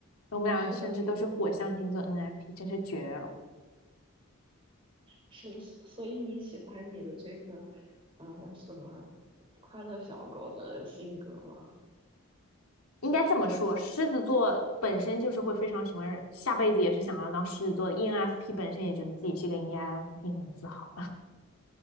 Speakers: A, on the left; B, on the right.
A: 我们俩甚至都是火象星座
B: 是的，是的，
A: NFP，真是绝了。
B: 是的，所以你喜欢你的这个呃什么快乐小狗的性格吗？
A: 应该这么说，狮子座本身就是会非常喜欢，下辈子也是想要当狮子座的。ENFP 本身也觉得自己是个 ENFP，很自豪。